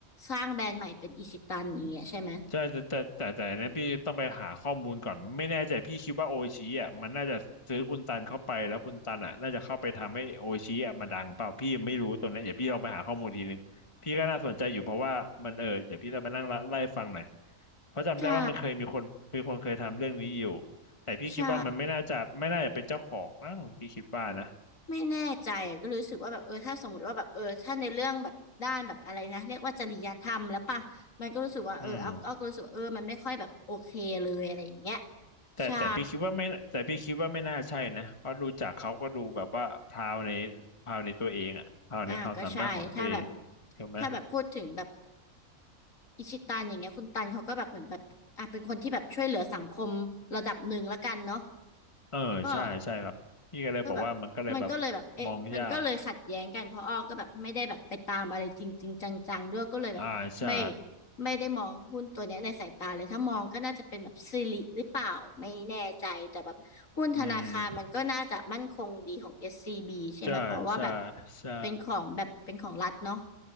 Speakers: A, on the left (about 65°); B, on the left (about 20°).
A: สร้างแบรนด์ใหม่เป็นอิชิตันอย่างเงี้ยใช่ไหม
B: ใช่แต่แต่แต่แต่อันนั้นพี่ต้องไปหาข้อมูลก่อนไม่แน่ใจพี่คิดว่าโออิชิอ่ะมันน่าจะซื้อคุณตันเข้าไปแล้วคุณตันอ่ะน่าจะเข้าไปทำให้โออิชิอ่ะมาดังเปล่าพี่ไม่รู้ตรงนี้นเดี๋ยวพี่ลองไปหาข้อมูลทีนึงพี่ก็น่าสนใจอยู่เพราะว่ามันเออเดี๋ยวพี่จะไปนั่งไล่ฟังหน่อยเพราะจำได้ว่ามันเคยมีคนมีคนเคยทำเรื่องนี้อยู่
A: ใช่
B: แต่พี่คิดว่ามันไม่น่าจะไม่น่าจะเป็นเจ้าของมั้งพี่คิดว่านะ
A: ใช่ไม่แน่ใจอ่ะก็รู้สึกว่าแบบเออถ้าสมมติว่าแบบเออถ้าในเรื่องแบบด้านแบบอะไรนะเรียกว่าจริยธรรมแล้วป่ะมันก็รู้สึกว่าเออเอาเอาก็รู้สึกว่าเออมันไม่ค่อยแบบโอเคเลยอะไรอย่างเงี้ย
B: อืม แต่แต่พี่คิดว่าไม่แต่พี่คิดว่าไม่น่าใช่นะเพราะดูจากเขาก็ดูแบบว่าพราวใน
A: ใช่
B: พราวในตัวเองอะพราวในความสามารถของตัวเอง
A: อ่าก็ใช่ถ้าแบบ
B: ถูกไหม
A: ถ้าแบบพูดถึงแบบอิชิตันอย่างเงี้ยคุณตันเขาก็แบบเหมือนแบบอ่ะเป็นคนที่แบบช่วยเหลือสังคมระดับหนึ่งละกันเนาะ
B: เออใช่ใช่ครับพี่ก็เลยบอกว่ามันก็เลยแบบ
A: ก็ ก็แบบมันก็เลยแบบเอ๊ะมันก็เลยขัดแย้งกันเพราะอ้อก็แบบไม่ได้แบบไปตามอะไรจริงจริงจังๆด้วยก็เลยแบบไม่
B: มองยากอ่าใช่
A: ไม่ได้มองหุ้นตัวเนี้ยในสายตาเลยถ้ามองก็น่าจะเป็นแบบสิริหรือเปล่าไม่แน่ใจแต่แบบหุ้นธนาคารมันก็น่าจะมั่นคงดีของเอสซี
B: อืม
A: c b ใช่ไหมเพราะว่าแบบ
B: ใช่ใช่ใช่
A: เป็นของแบบเป็นของรัฐเนาะ